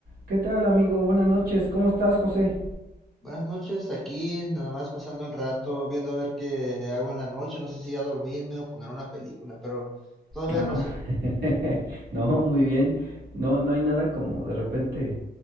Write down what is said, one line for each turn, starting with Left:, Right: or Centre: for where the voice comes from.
Right: ¿Qué tal, amigo? Buenas noches. ¿Cómo estás, José?
Centre: Buenas noches, aquí nada más pasando el rato, viendo a ver qué hago en la noche, no sé si ya dormirme o poner una película, pero todavía
Right: Ah,
Centre: no sé.
Right: <laughs> no, muy bien. No, no hay nada como de repente